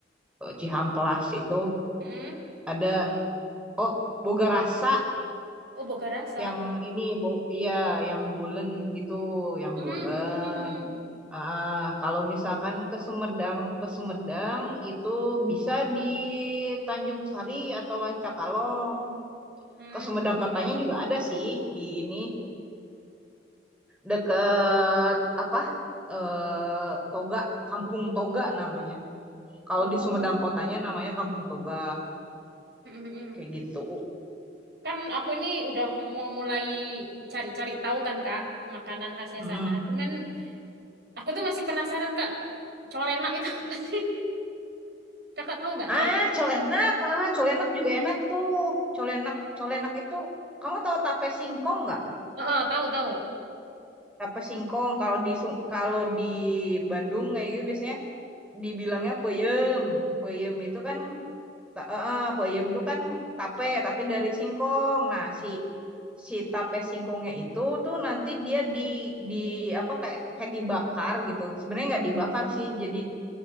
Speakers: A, in the centre; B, on the right (about 55°).
A: eh, Cihampelas itu
B: Mm.
A: ada oh Boga Rasa
B: Oh, Boga Rasa.
A: yang ini bo iya yang bolen gitu, yang
B: Mm.
A: bolen.
B: Mm.
A: Ah, kalau misalkan ke Sumedang, ke Sumedang itu bisa di Tanjung Sari atau Lancakalong.
B: Mm.
A: Ke Sumedang katanya juga ada sih di ini deket apa? eh Toga, Kampung Toga namanya. Kalau
B: Oh.
A: di Sumedang kotanya namanya Kampung Toga
B: Mm-mm.
A: kayak gitu.
B: Kan aku ini udah mau mulai cari-cari tahu kan Kak makanan khasnya
A: mm
B: sana. Cuman Aku tuh masih penasaran Kak. Colenak itu <laughs> apa sih? Kakak tahu nggak
A: Ah,
B: colek?
A: colenak, ah colenak juga enak tuh. Colenak, colenak itu kamu tahu tape singkong nggak?
B: Heeh, tahu tahu.
A: tape singkong kalau di Su- kalau di Bandung kayak gitu biasanya dibilangnya peyem peyem itu kan ta- eh, eh, peyem itu kan tape tapi dari singkong nah si si tape singkongnya itu tuh nanti dia di di apa kayak kayak dibakar gitu sebenarnya nggak dibakar sih jadi